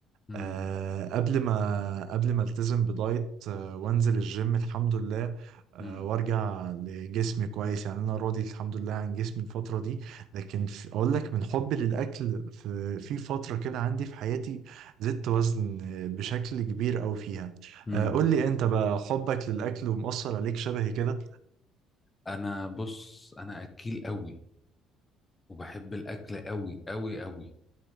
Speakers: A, on the left; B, on the right.
A: امم
B: آه قبل ما قبل ما التزم بدايت آه وانزل الجيم الحمد لله آه
A: امم
B: وارجع لجسمي كويس يعني انا راضي الحمد لله عن جسمي الفتره دي لكن في- اقول لك من حبي للاكل في في فتره كده عندي في حياتي زدت وزن آه، بشكل كبير أوي فيها
A: امم
B: آه قول لي انت بقى حبك للاكل ومؤثر عليك شبهي كده
A: انا بص انا اكيل قوي وبحب الاكل قوي قوي قوي